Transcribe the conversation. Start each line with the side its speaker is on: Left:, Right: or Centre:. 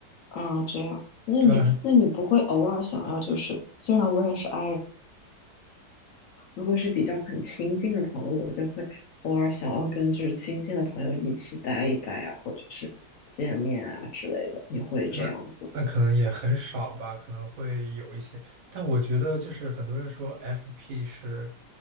Left: 啊这样？那你那你不会偶尔想要就是虽然我也是
Right: 对，
Left: I 人，如果是比较很亲近的朋友，我就会偶尔想要跟就是亲近的朋友一起待一待啊，或者是见面啊之类的，你会这样子？
Right: 那那可能也很少吧，可能会有一些，但我觉得就是很多人说 FP 是